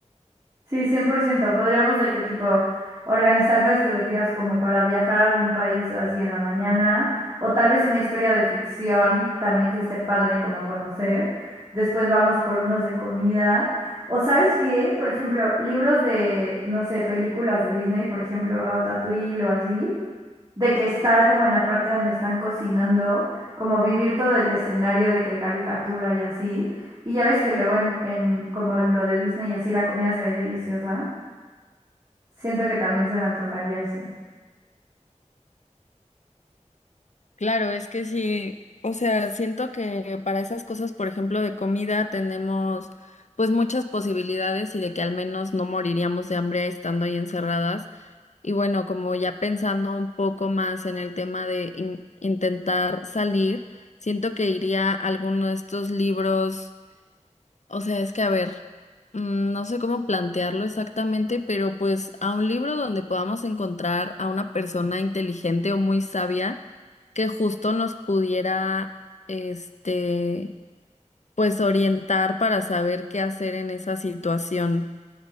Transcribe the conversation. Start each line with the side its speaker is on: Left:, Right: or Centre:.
Right: Sí, 100%. Podríamos de qué tipo organizar nuestros días como para viajar a algún país o así en la mañana, o tal vez una historia de ficción también que esté padre como conocer. Después vamos por unos de comida. O sabes qué, por ejemplo, libros de, no sé, películas de Disney, por ejemplo, Ratatouille o así de que estar como en la parte donde están cocinando, como vivir todo el escenario de que caricatura y así. Y ya ves que luego en, en como lo de Disney y así la comida se ve deliciosa. Siento que también se me antojaría ese.
Left: Claro, es que sí, o sea, siento que para esas cosas, por ejemplo, de comida tenemos pues muchas posibilidades y de que al menos no moriríamos de hambre estando ahí encerradas. Y bueno, como ya pensando un poco más en el tema de in- intentar salir, siento que iría a alguno de estos libros, o sea, es que a ver, mm, no sé cómo plantearlo exactamente, pero pues a un libro donde podamos encontrar a una persona inteligente o muy sabia que justo nos pudiera, este, pues orientar para saber qué hacer en esa situación.